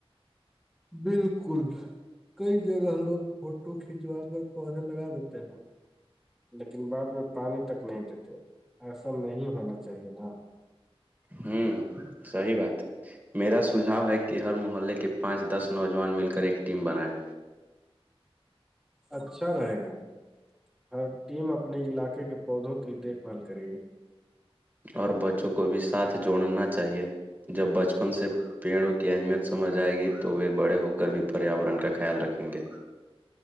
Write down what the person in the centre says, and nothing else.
بالکل کئی جگہ لوگ فوٹو کھنچوا کر پودے لگا دیتے ہیں لیکن بعد میں پانی تک نہیں دیتے ایسا نہیں ہونا چاہیے نا
اچھا رہے گا ہر ٹیم اپنے علاقے کے پودوں کی دیکھ بھال کرے گی